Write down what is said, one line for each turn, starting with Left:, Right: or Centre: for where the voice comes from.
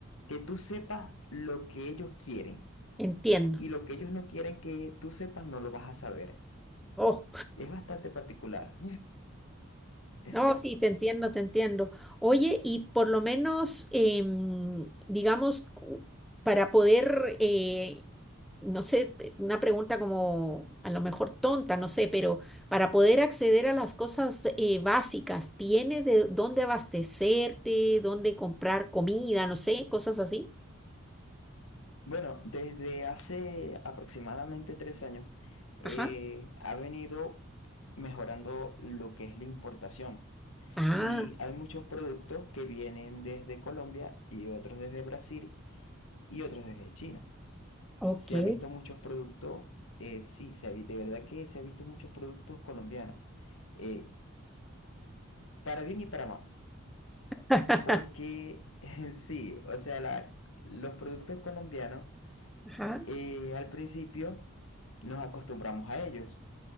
Left: que tú sepas lo que ellos quieren
Centre: entiendo.
Left: y lo que ellos no quieren que tú sepas no lo vas a saber.
Centre: Oh.
Left: Es bastante particular. <laughs>
Centre: No, sí, te entiendo, te entiendo. Oye, y por lo menos, em, digamos, cu- para poder, eh, no sé, te- una pregunta como a lo mejor tonta, no sé, pero para poder acceder a las cosas eh, básicas, ¿tienes de dónde abastecerte, dónde comprar comida, no sé, cosas así?
Left: Bueno, desde hace aproximadamente tres años eh,
Centre: Ajá.
Left: ha venido mejorando lo que es la importación
Centre: Ah,
Left: y hay muchos productos que vienen desde Colombia y otros desde Brasil y otros desde China.
Centre: ok.
Left: Se ha visto muchos productos, eh, sí, se ha vi- de verdad que se ha visto muchos productos colombianos, eh, para bien y para mal,
Centre: Ajá,
Left: porque <laughs> sí, o sea, la- los productos colombianos
Centre: <laughs>
Left: eh, al principio nos acostumbramos a ellos